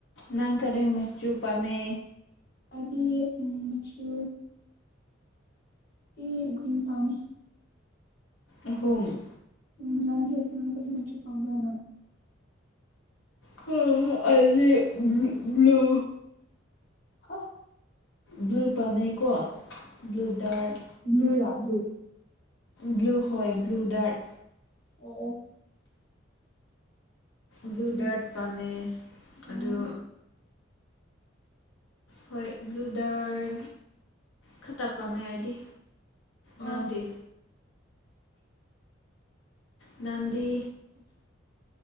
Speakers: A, on the left (about 80°); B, on the left (about 50°).
A: ꯅꯪ ꯀꯔꯤ ꯃꯆꯨ ꯄꯥꯝꯃꯦ
B: ꯑꯗꯤ ꯃꯆꯨ ꯁꯤꯒ꯭ꯔꯤꯟ ꯄꯥꯝꯃꯤ
A: ꯑꯍꯨꯝ
B: ꯎꯝ ꯅꯪꯗꯤ ꯅꯪ ꯀꯔꯤ ꯃꯆꯨ ꯄꯥꯝꯕꯔ ꯅꯪ
A: ꯍ ꯑꯩꯗꯤ ꯕ꯭ꯂꯨ
B: ꯍꯥ
A: ꯕ꯭ꯂꯨ ꯄꯥꯃꯩꯀꯣ ꯕ꯭ꯂꯨ ꯗꯔꯠ
B: ꯕ꯭ꯂꯨꯂꯥ ꯕ꯭ꯂꯨ
A: ꯕ꯭ꯂꯨ ꯍꯣꯏ ꯕ꯭ꯂꯨ ꯗꯔꯠ
B: ꯑꯣ ꯑꯣ ꯑꯣ
A: ꯕ꯭ꯂꯨ
B: ꯀꯔꯤ
A: ꯗꯔꯠ ꯄꯥꯝꯃꯦ ꯑꯗꯨ
B: ꯑꯣ
A: ꯍꯣꯏ ꯕ꯭ꯂꯨ ꯗꯔ ꯈꯛꯇ ꯄꯥꯝꯃꯦ ꯍꯥꯏꯗꯤ
B: ꯑꯥ
A: ꯅꯪꯗꯤ ꯥꯅꯪꯗꯤ
B: ꯑ